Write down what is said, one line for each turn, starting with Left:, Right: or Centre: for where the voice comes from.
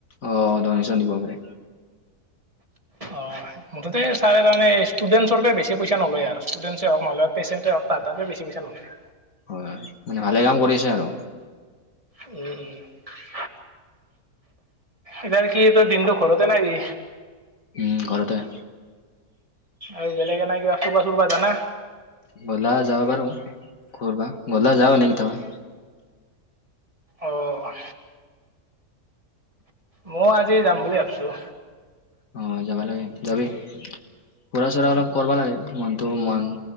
Left: অ', ডনেশ্যন দিব পাৰে।
Right: অ'। মুঠতে ছাৰ তাৰমান ষ্টুডেণ্টচৰ পৰা বেছি পইচা নলয় আৰু ষ্টুডেণ্টচ হওঁক নহ'লে, পেচেণ্ট হওঁক তাৰ তাতে বেচি পইচা নলয়।
Left: হয়, হয়, মানে ভালে কাম কৰি আছে আৰু।
Right: উম, উম। এতিয়া কি তই দিনতটো ঘৰতে নেকি?
Left: উম, ঘৰতে।
Right: আৰু বেলেগে নাই কিবা ফুৰবা চুৰবা জানা!
Left: গধলা যাবা পাৰোঁ ক'ৰবা, গধলা যাওঁ এনে কিটাবা।
Right: অ'। ময়ো আজি যাম বুলি ভাবছোঁ।
Left: অ', যাবা লাগে যাবি। ফুৰা চুৰা অলপ কৰিবা লাগে, মনতটো মন